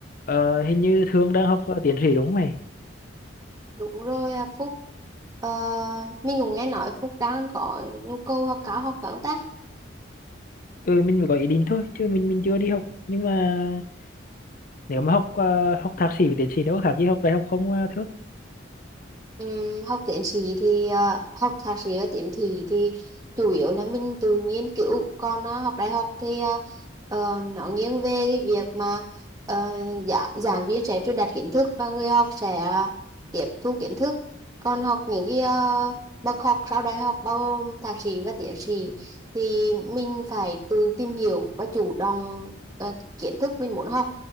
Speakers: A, on the left; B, on the right.
A: Ờ, hình như Thương đang học ờ, tiến sĩ đúng không mày?
B: Đúng rồi à, Phúc Ờ, mình cũng nghe nói Phúc đang có nhu cầu học cao học vấn ta
A: Ừ, mình mới có ý định thôi, chứ mình mình chưa đi học. Nhưng mà nếu mà học ờ, học thạc sĩ và tiến sĩ đâu có khác gì học đại học không ờ, Thương?
B: Ừm, học tiến sĩ thì à, học thạc sĩ và tiến sĩ thì chủ yếu là mình tự nghiên cứu còn à, học đại học thì à, ờ, nó nghiêng về cái việc mà uh, giảng, giảng viên sẽ truyền đạt kiến thức và người học sẽ à, tiếp thu kiến thức còn học những cái à, bậc học sau đại học bao gồm thạc sĩ và tiến sĩ thì mình phải tự tìm hiểu và chủ động ờ, kiến thức mình muốn học